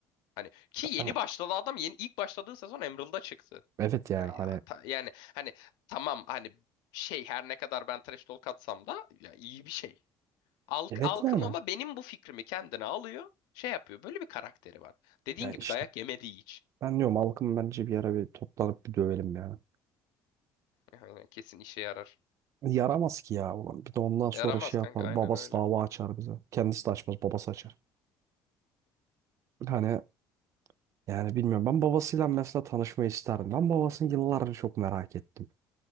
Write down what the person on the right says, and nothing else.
Hani
Evet yani
hani
Evet
yani.
Yani
işte
ben diyorum halkım bence bir ara bir toplanıp bir dövelim ya.
Yaramaz ki ya. ulan. Bir de ondan sonra
şey
yapar.
Babası
dava açar bize. Kendisi de açmaz. Babası açar. Hani yani bilmiyorum. Ben babasıyla mesela tanışmayı isterdim. Ben babasını yıllardır çok merak ettim.